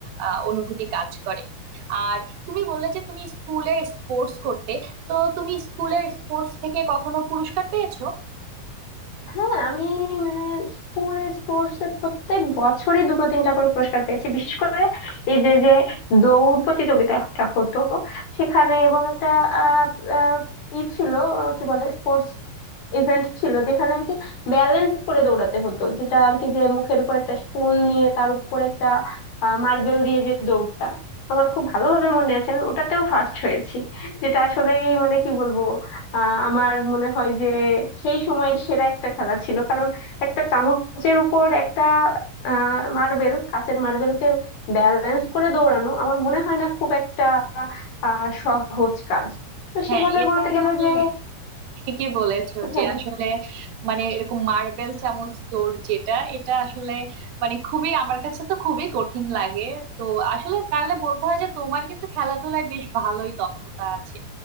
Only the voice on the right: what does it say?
আহ অনুভূতি কাজ করে আর তুমি বললে যে তুমি স্কুলের স্পোর্টস করতে তো তুমি স্কুলের স্পোর্টস থেকে কখনো পুরস্কার পেয়েছো
হ্যাঁ
এটা
তুমি
ঠিকই বলেছো
যে আসলে মানে এরকম মার্বেল চামচ দৌড় যেটা এটা আসলে মানে খুবই আমার কাছে তো খুবই কঠিন লাগে তো আসলে তাহলে বলতে হয় যে তোমার কিন্তু খেলাধুলায় বেশ ভালোই দক্ষতা আছে